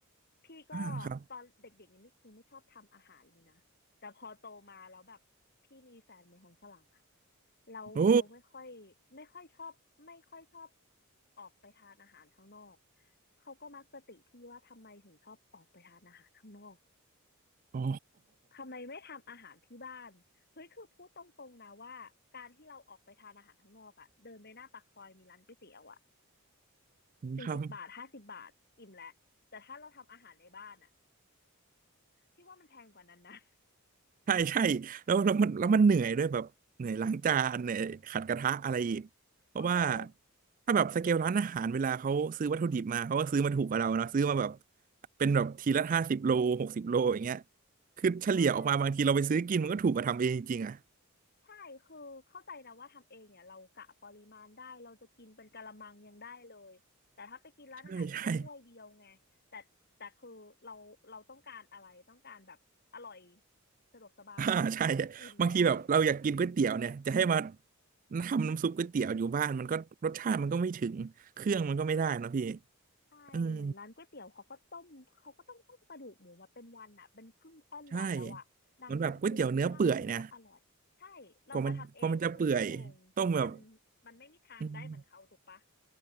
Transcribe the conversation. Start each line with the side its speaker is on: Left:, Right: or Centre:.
Left: พี่ก็
Right: อ่าครับ
Left: ตอนเด็กๆนี่ไม่คือไม่ชอบทำอาหารเลยนะแต่พอโตมาแล้วแบบพี่มีแฟนเป็นคนฝรั่งอะแล้วเขาไม่ค่อยไม่ค่อยชอบไม่ค่อยชอบ
Right: โอ้
Left: ออกไปทานอาหารข้างนอกเขาก็มักจะติที่ว่าทำไมถึงชอบออกไปทานอาหารข้างนอก
Right: อ๋อ
Left: ทำไมไม่ทำอาหารที่บ้านเฮ้ยคือพูดตรงๆนะว่าการที่เราออกไปทานอาหารข้างนอกอะเดินไปหน้าปากซอยมีร้านก๋วยเตี๋ยวอะ
Right: <laughs>
Left: สี่สิบบาทห้าสิบบาทอิ่มแล้วแต่ถ้าเราทำอาหารในบ้านอ่ะ
Right: ครับ
Left: ที่ว่ามันแพงกว่านั้นนะ
Right: ใช่ใช่แล้วแล้วมันแล้วมันเหนื่อยด้วยแบบเหนื่อยล้างจานเหนื่อยขัดกระทะอะไรอีกเพราะว่า
Left: เออ
Right: ถ้าแบบสเกลร้านอาหารเวลาเขาซื้อวัตถุดิบมาเขาก็ซื้อมาถูกกว่าเราเนาะซื้อมาแบบเป็นแบบทีละห้าสิบโลหกสิบโลอย่างเงี้ยคือเฉลี่ยออกมาบางทีเราไปซื้อกินมันก็ถูกกว่าทำเองจริงๆอ่ะ
Left: ใช่ใช่คือเข้าใจนะว่าทำเองเนี่ยเรากะปริมาณได้เราจะกินเป็นกะละมังยังได้เลยแต่ถ้าไปกินร้านอาหารมันก็ถ้วยเดียวไงแต่แต่คือเราเราต้องการอะไรต้องการแบบอร่อย
Right: ใช่ใช่
Left: สะดวกสบาย
Right: <laughs> อ่าใช่
Left: อิ่มแล้ว
Right: บางทีแบบเราอยากกินก๋วยเตี๋ยวเนี่ยจะให้มาทำน้ำซุปก๋วยเตี๋ยวอยู่บ้านมันก็รสชาติมันก็ไม่ถึงเครื่องมันก็ไม่ได้นะพี่
Left: ใช่ ใช่เหมือนร้านก๋วยเตี๋ยวเขาก็ต้มเขาก็ต้องต้มกระดูกหมูมาเป็นวันอ่ะเป็นครึ่งค่อนวันแล้วอ่ะดังนั้นคือรสชาติมันก็อร่อยใช่เรามาทำเองครึ่งชั่วโมงมัน
Right: อืมใช่เหมือนแบบก๋วยเตี๋ยวเนื้อเปื่อยเนี่ย กว่ามันกว่ามันจะเปื่อยต้มแบบ
Left: มันไม่มีทางได้เหมือนเขาถูกปะ
Right: อืม